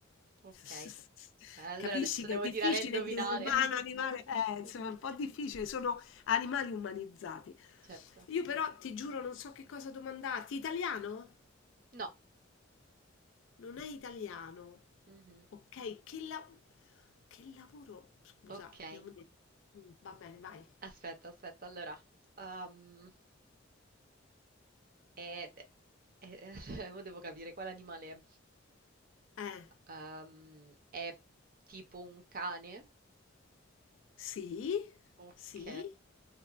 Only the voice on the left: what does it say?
<laughs>
Capisci
che
è difficile
dire umano,
animale, eh, insomma
è un po' difficile, sono animali umanizzati.
Io però ti giuro non so che cosa domandarti. Italiano?
Non è italiano.
Ok, che, la- che lavoro? Scusa,
abbiamo detto. Mm, Va bene, vai.
Eh,
sì,
sì,